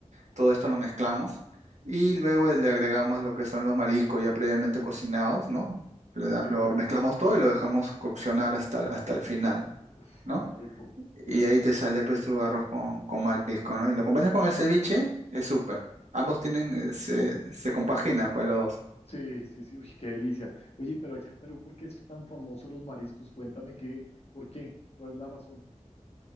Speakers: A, on the right; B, on the left.
A: Todo esto lo mezclamos y luego eh, le agregamos lo que son los mariscos ya previamente cocinados, ¿no? Le da-
B: Sí.
A: Lo mezclamos todo y lo dejamos coccionar hasta, hasta el final,
B: Uf,
A: ¿no?
B: qué rico. Sí,
A: Y ahí te sale pues tu arroz con, con marisco, ¿no? Y lo acompañas con el ceviche, es súper. Ambos tienen, eh, se, se compagina pues los dos.
B: sí, sí, sí. Uy, qué delicia. Oye, pero allá en Perú, ¿por qué es tan famoso los mariscos? Cuéntame qué, ¿por qué? ¿Cuál es la razón?